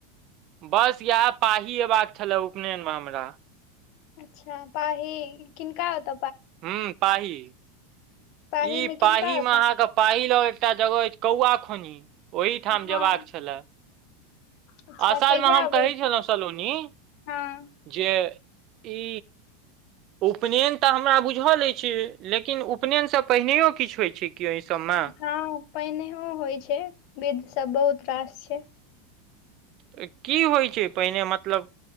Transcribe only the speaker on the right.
बस इएह पाही अयबाक छलए उपनयनमे हमरा
हुं पाही।
ई पाहीमे
अहाँके पाही लग एकटा जगह अछि कौआ खोनही ओहिठाम
जेबाक छले।
असलमे
हम
कहै छलहुँ सलोनी
जे ई उपनयन त हमरा बुझल अछि, लेकिन उपनयनसँ पहिनैयो किछु होइत छै? कि एहि सभमे
त की होइ छै पहिने मतलब